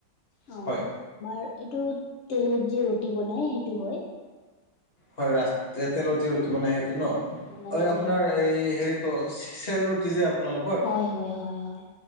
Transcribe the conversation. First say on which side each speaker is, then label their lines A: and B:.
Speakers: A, on the left (about 65°); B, on the left (about 30°).
A: অ,
B: হয়
A: আমাৰ এইটো, তেলত যে ৰুটি বনাই সেইটো হয়।
B: হয় ৰাস, যে তেলত যে ৰুটি বনাই সেইটো ন,
A: হয় মানে
B: অ,
A: আমি
B: আপোনাৰ এই হেৰিতো চেল ৰুটি যে আপোনালোক
A: হয়, হয়, হয় হয়,